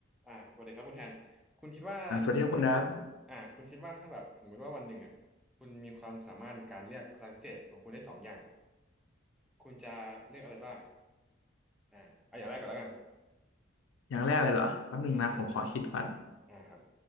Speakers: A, in the centre; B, on the left.
A: อ่าสวัสดีครับคุณแทนคุณคิดว่า
B: อ่าสวัสดีครับคุณดับ
A: อ่าคุณคิดว่าถ้าแบบสมมุติว่าวันหนึ่งอ่ะคุณมีความสามารถในการเรียกพลังพิเศษของคุณได้สองอย่างคุณจะเรียกอะไรบ้างอ่าเอาอย่างแรกก่อนแล้วกัน
B: อย่างแรกเลยเหรอแป๊บหนึงนะผมขอคิดก่อน
A: อืมอืมอืมอ่าครับ